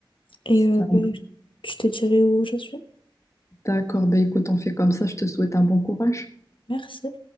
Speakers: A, on the left (about 70°); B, on the left (about 35°).
A: Et
B: Ça-
A: euh, ben, je te dirai où j'en suis.
B: D'accord, ben écoute, on fait comme ça. Je te souhaite un bon courage.
A: Merci.